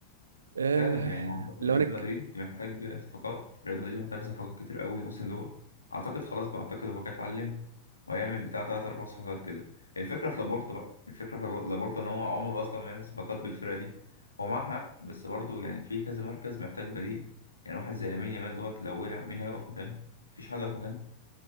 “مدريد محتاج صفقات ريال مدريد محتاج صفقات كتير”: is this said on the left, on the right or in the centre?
Left